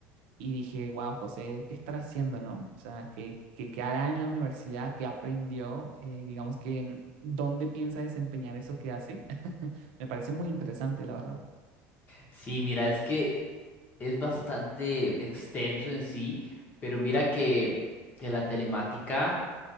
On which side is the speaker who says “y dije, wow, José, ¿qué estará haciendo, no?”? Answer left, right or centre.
Right